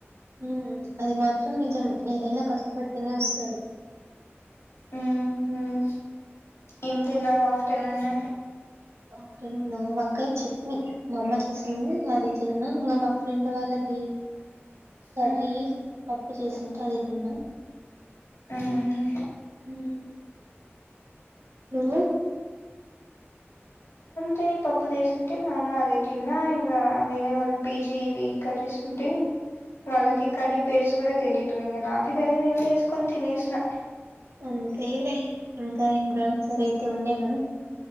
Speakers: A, on the right; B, on the left.
A: హ్మ్మ్, అది మాత్రం నిజం. ఏదైనా కష్టపడితేనే వస్తుంది.
B: హ్మ్మ్, ఏం తినావ్ ఆఫ్టర్‌నూన్?
A: ఆఫ్టర్‌నూన్ నా? వంకాయ చట్నీ. మా అమ్మ చేసింది, అది తిన్న. ఇంకా మా ఫ్రెండ్ వాళ్లది. కర్రీలి
B: హ్మ్
A: పప్పు చేసింటే, అది తిన్నా.
B: హ్మ్
A: హ్మ్మ్. నువు.
B: తే పప్పు జేసింటే, మా అమ్మ అదే తిన్నా. ఇంకా వేరే వాళ్లు పీజీ వి కరస్ ఉంటే. వాళ్ల
A: మ్మ్
B: కి కర్రీ పేర్సు కూడా తెలీదు. ఇంకా నాకే తెలీదు ఏందో, ఏస్కొని తినేసిన.
A: అంతేలే, ఇంకా ఎగ్జామ్స్ సర అయితే ఉండే నా?